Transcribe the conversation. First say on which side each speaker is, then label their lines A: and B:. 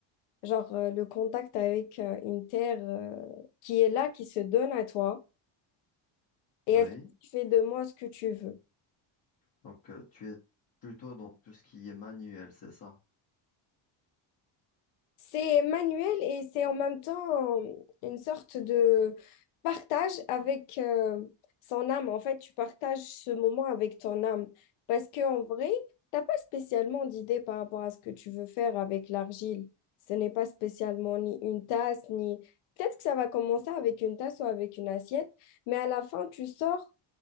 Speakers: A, on the left (about 85°); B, on the left (about 45°).
A: genre euh, le contact avec euh, une terre euh, qui est là, qui se donne à toi, et
B: Oui.
A: elle te dit, fais de moi ce que tu veux.
B: Donc, euh, tu es plutôt dans tout ce qui est manuel, c'est ça?
A: C'est manuel et c'est en même temps euh, une sorte de partage avec euh, son âme. En fait, tu partages ce moment avec ton âme, parce qu'en vrai, t'as pas spécialement d'idée par rapport à ce que tu veux faire avec l'argile. Ce n'est pas spécialement ni une tasse, ni... Peut-être que ça va commencer avec une tasse ou avec une assiette, mais à la fin, tu sors